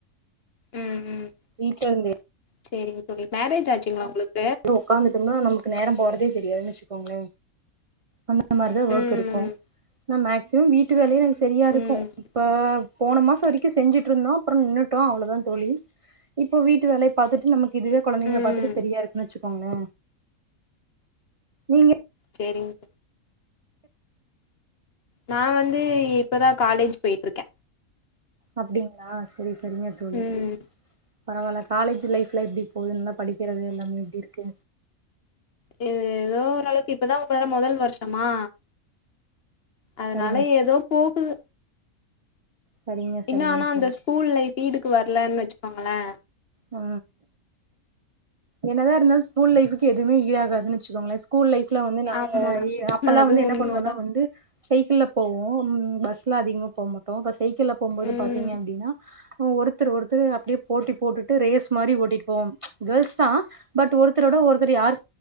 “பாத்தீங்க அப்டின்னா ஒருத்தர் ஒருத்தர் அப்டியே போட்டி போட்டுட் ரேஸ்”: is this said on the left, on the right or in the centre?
Right